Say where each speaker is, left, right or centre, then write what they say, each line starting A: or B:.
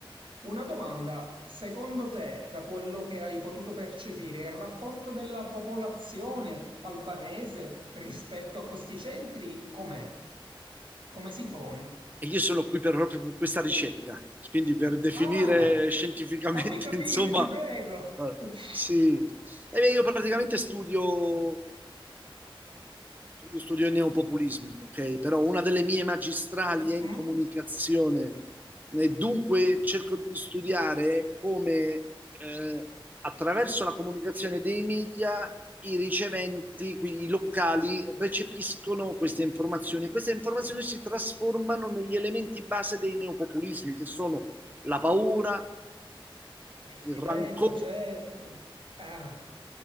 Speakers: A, on the right; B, on the right.
A: una domanda, secondo te, da quello che hai potuto percepire, il rapporto della popolazione albanese rispetto a questi centri com'è? Come si pone?
B: E io sono qui per, proprio per questa ricerca, quindi per definire
A: Ah,
B: scientificamente,
A: fammi capire,
B: <laughs> insomma,
A: ti prego.
B: eh,
A: <laughs>
B: sì. E io praticamente studio io studio i neopopulismi, ok? Però una delle mie magistrali
A: Mhm.
B: è in comunicazione e dunque cerco di studiare come eh, attraverso la comunicazione dei media i riceventi, quindi i locali, recepiscono queste informazioni e queste informazioni si trasformano negli elementi base dei neopopulismi che sono la paura,
A: Diffidenza,
B: il rancore,
A: certo. Ah,